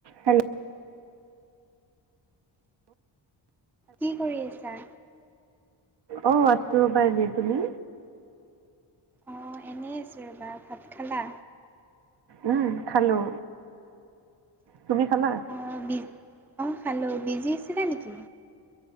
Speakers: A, on the right (about 60°); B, in the centre.
A: হেল্ল'
B: কি কৰি আছা?
A: অ আছো পাই এনে তুমি?
B: অ এনেই আছো ৰ'বা ভাত খালা।
A: উম খালো। তুমি খালা
B: অ বি অ খালো বিজি আছিলা নেকি।